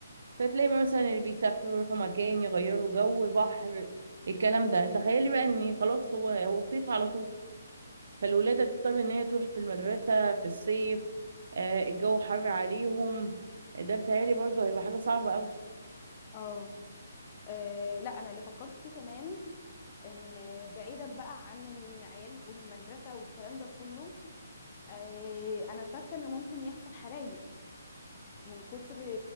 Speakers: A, on the right; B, on the left.
A: فتلاقي بقى مثلا اللي بيسافروا يروحوا مكان يغيروا جو بحر الكلام ده تخيلي بقى ان خلاص هو هو صيف على طول فالولادة تضطر ان هي تروح في المدرسة في الصيف آه الجو حر عليهم ده بتهيألي برضه هيبقى حاجة صعبة
B: اه آه، لا انا اللي فكرت فيه كمان ان بعيدا بقى عن العيال والمدرسه والكلام ده كله آه، انا شاكه ان ممكن يحصل حرايق من كتر